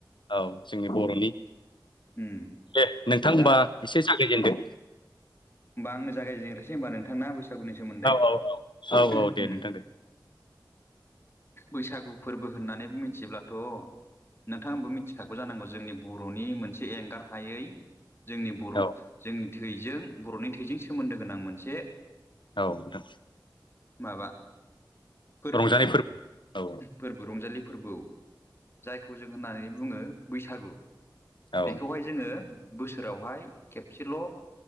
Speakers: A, on the left (about 85°); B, on the left (about 30°).
A: औ जोंनि बर'नि
B: उम
A: दे नोंथां होमबा
B: दा
A: एसे जागायजेनदो।
B: होमबा आंनो जागायजेनग्रोसै होमबा नोंथांना बैसागुनि सोमोन्दै
A: औ औ
B: उम
A: औ दे नोंथां दे
B: बैसागु फोरबो होननानै मिथिब्लाथ' नोंथाङाबो मिथिखागौ जानांगौ जोंनि बर'नि मोनसे एंगार हायै जोंनि बर'
A: औ
B: जोंनि थैजों बर'नि थैजों सोमोन्दो गोनां मोनसे
A: औ नोंथां
B: माबा फोरबो।
A: रंजानाय औ
B: फोरबो रंजालि फोरबो जायखौ जों होननानै बुङो बैसागु
A: औ
B: बेखौहाय जोङो बोसोरावहाय खेबसेल'